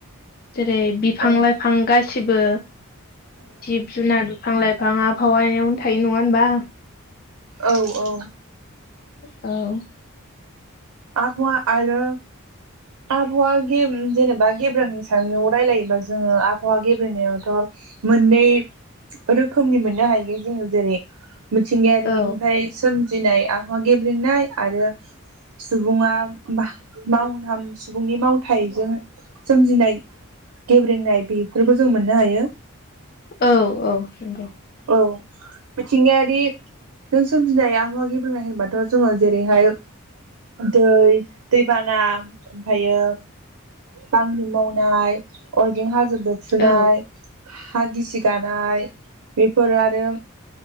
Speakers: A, on the left (about 45°); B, on the right (about 85°).
A: जेरै बिफां
B: औ
A: लाइफां गासिबो जिब जुनार बिफां लाइफां आबावायावनो थायो नङा ओनबा
B: औ औ
A: औ
B: आबहावा आरो आबहावा गे जेनेबा गेब्रेंनायनि सायाव रायलायोबा जोङो आबहावा गेब्रेंनायावथ' मोननै रोखोमनि मोननो हायो जोङो जेरै मिथिंगायारिनिफ्राय
A: औ
B: सोमजिनाय आबहावा गेब्रेेंनाय आरो सुबुङा माव हाम सुबुंनि मावथायजों सोमजिनाय गेब्रेंनाय बेफोरखौ जों मोननो हायो
A: औ औ नंगौ
B: औ मिथिंगायारि जों सोमजिनाय आबहावा गेब्रेंनाय होनबाथ' जोङो जेरैहाय दै दैबाना ओमफ्रायो बांग्रि मावनाय अरगें हाजो‌ बेरफ्रुनाय
A: औ
B: हा गिसि गानाय बेफोरो आरो